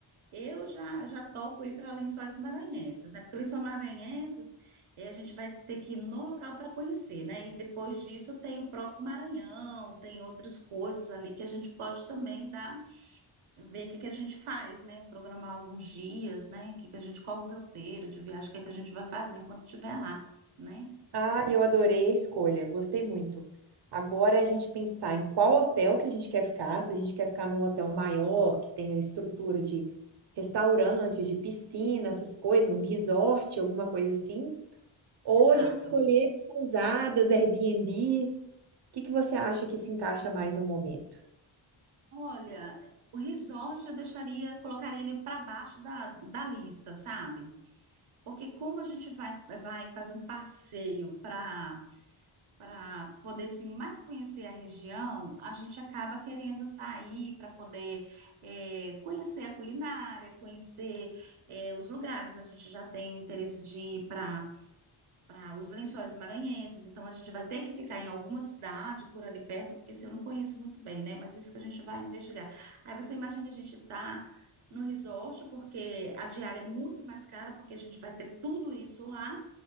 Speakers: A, on the right; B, on the right.
A: Eu já, já topo ir para Lençóis Maranhenses, né? Porque Lençóis Maranhenses eh, a gente vai ter que ir no local para conhecer, né? E depois disso tem o próprio Maranhão, tem outras coisas ali que a gente pode também dar, ver o que é que a gente faz, né? Programar alguns dias, né? O que é que a gente, qual o roteiro de viagem, o que é que a gente vai fazer enquanto estiver lá, né?
B: Ah, eu adorei a escolha, gostei muito. Agora é a gente pensar em qual hotel que a gente quer ficar, se a gente quer ficar num hotel maior, que tenha estrutura de restaurante, de piscina, essas coisas, um resort, alguma coisa assim, ou
A: Exato.
B: a gente escolher pousadas, Airbnb. O que que você acha que se encaixa mais no momento?
A: Olha, o resort eu deixaria, colocaria ele para baixo da, da lista, sabe? Porque como a gente vai, vai fazer um passeio para para poder assim, mais conhecer a região, a gente acaba querendo sair para poder eh, conhecer a culinária, conhecer eh, os lugares. A gente já tem o interesse de ir para para os Lençóis Maranhenses. Então, a gente vai ter que ficar em alguma cidade por ali perto, porque se eu não conheço muito bem, né? Mas isso que a gente vai investigar. Aí você imagina a gente tá no resort, porque a diária é muito mais cara, porque a gente vai ter tudo isso lá,